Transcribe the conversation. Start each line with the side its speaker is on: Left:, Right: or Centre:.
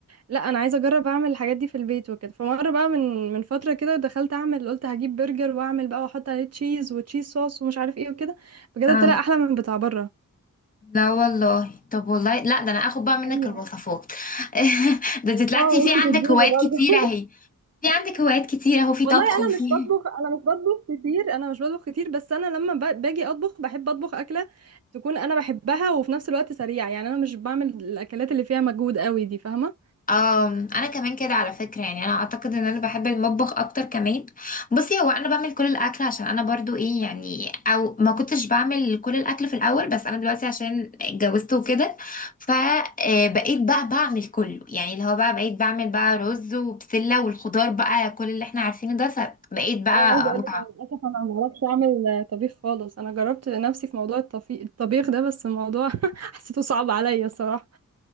Right: لا انا عايزه اجرب اعمل الحاجات دي في البيت وكده فمره بقى من من فتره كده دخلت اعمل قلت هجيب برجر واعمل بقى واحط عليه تشيز وتشيز صوص ومش عارف ايه وكده بجد
Left: اه
Right: طلع احلى من بتاع بره
Left: لا والله طب والله لا ده انا اخد بقى منك
Right: ايوه
Left: الوصفات <laughs> ده انت طلعتي
Right: اه وانت
Left: في عندك
Right: تديني
Left: هوايات كتيرة
Right: برضه <laughs>
Left: اهي في عندك هوايات كتيرة اهو في
Right: والله
Left: طبخ
Right: انا
Left: وفي
Right: مش بطبخ انا مش بطبخ كتير انا مش بطبخ كتير بس انا لما ب- باجي اطبخ بحب اطبخ اكله تكون انا بحبها وفي نفس الوقت سريعه يعني انا مش بعمل الاكلات اللي فيها مجهود قوي دي فاهمه
Left: اه انا كمان كده على فكره يعني انا اعتقد ان انا بحب المطبخ اكتر كمان بصي هو انا بعمل كل الاكل عشان انا برضو ايه يعني او ما كنتش بعمل كل الاكل في الاول بس انا دلوقتي عشان اتجوزت وكده فبقيت بقى بعمل كله يعني اللي هو بقى بقيت بعمل بقى رز وبسله والخضار بقى كل اللي احنا عارفينه ده فبقيت بقى
Right: هو عايزه اقول
Left: متعمقه
Right: لك انا للاسف انا ما بعرفش اعمل آه، طبيخ خالص انا جربت نفسي في موضوع الطفي... الطبيخ ده بس الموضوع <laughs> حسيته صعب عليا الصراحه